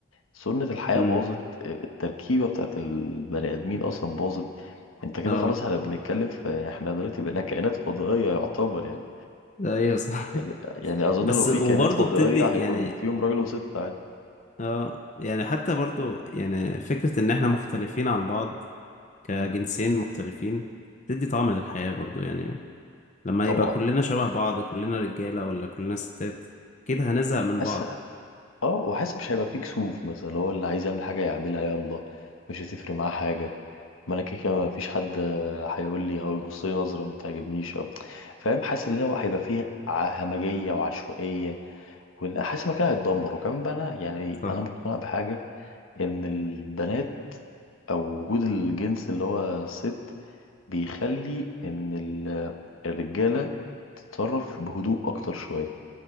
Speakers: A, on the left; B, on the left.
A: سنه الحياه
B: امم
A: باظت آه، التركيبه بتاعت البني ادمين اصلا باظت انت كده
B: اه
A: خلاص احنا بنتكلم في احنا دلوقتي بقينا كائنات فضائية يعتبر يعني
B: ده ايوه صح
A: يعني
B: <laughs>
A: يعني اظن
B: بس
A: لو في
B: وبرضه
A: كائنات فضائية
B: بتدي
A: هيكون
B: يعني
A: فيهم راجل وست عادي
B: اه يعني حتى برضه يعني فكرة ان احنا مختلفين عن بعض كجنسين
A: امم
B: مختلفين بتدي طعم للحياة برضه يعني لما
A: طبعا
B: يبقى كلنا شبه بعض كلنا رجالة ولا كلنا ستات كده هنزهق من
A: حاسس
B: بعض
A: اه وحاسس مش هيبقى فيه كسوف مثلا لو هو اللي عايز يعمل حاجة يعملها يلا مش هتفرق معاه حاجة ما انا كده كده مفيش حد آه، هيقول لي او يبص لي نظرة ما تعجبنيش او فاهم حاسس ان هو هيبقى فيه ع- همجية وعشوائية وحاسس المكان هيتدمر وكمان بقى انا يعني
B: صح
A: انا مقتنع بحاجة ان البنات او وجود الجنس اللي هو الست بيخلي ان ال- الرجاله تتصرف بهدوء اكتر شويه